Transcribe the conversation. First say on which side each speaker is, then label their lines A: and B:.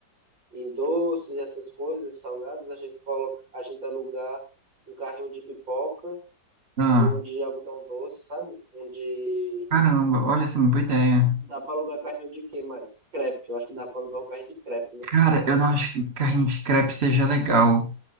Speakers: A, on the right (about 85°); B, on the right (about 35°).
A: em doces, e essas coisas, salgados, a gente coloca, a gente alugar um carrinho de pipoca
B: Ah,
A: e um de algodão doce, sabe? Um de.
B: caramba, olha, essa é uma boa ideia.
A: Dá para alugar carrinho de quê mais? Crepe. Eu acho que dá para alugar um carrinho de crepe, né?
B: Cara, eu não acho que carrinho de crepe seja legal.